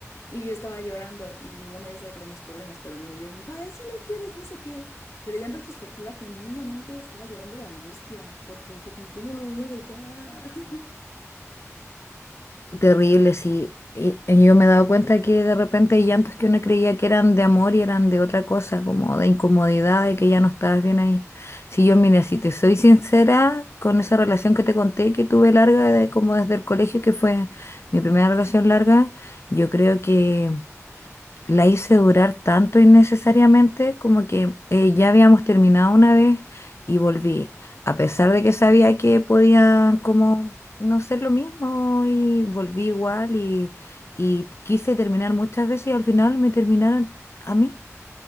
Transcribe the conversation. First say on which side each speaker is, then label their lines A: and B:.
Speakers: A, on the left (about 70°); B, on the left (about 55°).
A: Y yo estaba llorando y mi mamá ya sabía que tenía unos problemas, pero me vio y me dijo, ay, si lo quieres, no sé qué. Pero ya en retrospectiva, genuinamente estaba llorando de angustia porque fue como, ¿cómo lo voy a dejar? <laughs>
B: Terrible, sí. Y, y yo me he dado cuenta que de repente hay llantos que uno creía que eran de amor y eran de otra cosa, como de incomodidad, de que ya no estabas bien ahí. Si yo, mira, si te soy sincera con esa relación que te conté, que tuve larga de, como desde el colegio, que fue mi primera relación larga, yo creo que la hice durar tanto innecesariamente como que eh, ya habíamos terminado una vez y volví, a pesar de que sabía que podía como no ser lo mismo y volví igual y, y quise terminar muchas veces y al final me terminaron a mí.